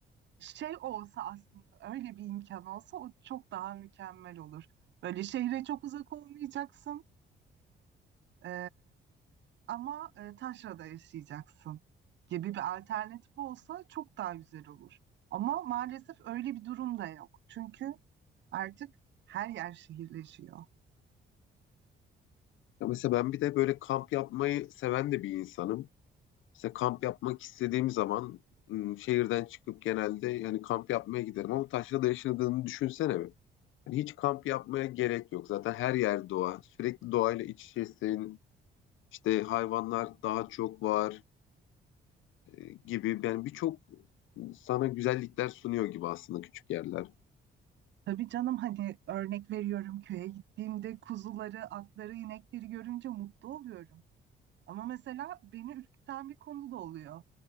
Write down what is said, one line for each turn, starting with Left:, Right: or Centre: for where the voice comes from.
Right: şey olsa aslında öyle bir imkan olsa o çok daha mükemmel olur. Böyle şehre çok uzak olmayacaksın e, ama e, taşrada yaşayacaksın gibi bir alternatif olsa çok daha güzel olur. Ama maalesef öyle bir durum da yok. Çünkü artık her yer şehirleşiyor.
Left: Ya mesela ben bir de böyle kamp yapmayı seven de bir insanım. İşte kamp yapmak istediğim zaman ım, şehirden çıkıp genelde yani kamp yapmaya giderim ama taşrada yaşadığını düşünsene bir. Yani hiç kamp yapmaya gerek yok. Zaten her yer doğa. Sürekli doğayla iç içesin. İşte hayvanlar daha çok var e, gibi. Yani birçok sana güzellikler sunuyor gibi aslında küçük yerler.
Right: Tabii canım hani örnek veriyorum köye gittiğimde kuzuları, atları, inekleri görünce mutlu oluyorum. Ama mesela beni ürküten bir konu da oluyor.